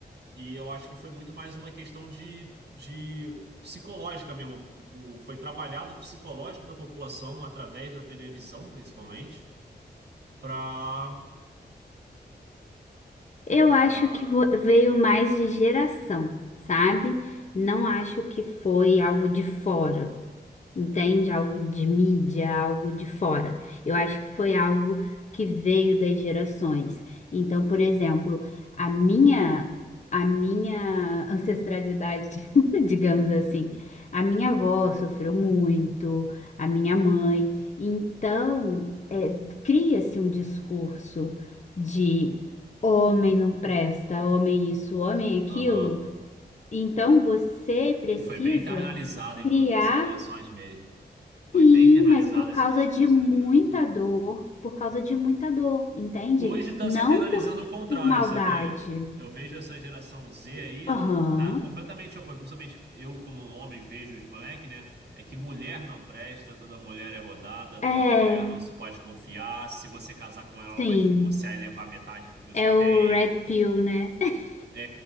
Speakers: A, on the right; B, on the left.
A: E eu acho que foi muito mais uma questão de, de psicológica mesmo. O, foi trabalhado o psicológico da população através da televisão, principalmente, para
B: Eu
A: para
B: acho que vo- veio mais de geração, sabe? Não acho que foi algo de fora entende? Algo de mídia, algo de fora. Eu acho que foi algo que veio das gerações. Então, por exemplo, a minha a minha ancestralidade, <laughs> digamos assim, a minha avó sofreu muito, a minha mãe. Então, é, cria-se um discurso de homem não presta, homem isso, homem aquilo.
A: Aham.
B: Então, você precisa
A: Que foi bem internalizado em
B: criar
A: vo- nessas gerações mesmo. Foi
B: Sim,
A: bem internalizado
B: mas por causa
A: esse discurso,
B: de muita
A: né?
B: dor, por causa de muita dor, entende?
A: Hoje está
B: Não
A: se internalizando
B: por,
A: o contrário,
B: por maldade.
A: sabia? Eu vejo essa geração Z aí,
B: Aham.
A: tá completamente oposto. Principalmente eu, como homem, vejo os moleques, né? É que mulher não presta, toda mulher é rodada,
B: É,
A: toda mulher não se pode confiar. Se você casar com ela, ela
B: sim.
A: vai te divorciar e levar metade do que você
B: É
A: tem.
B: o Red Pill, né? <laughs>
A: É,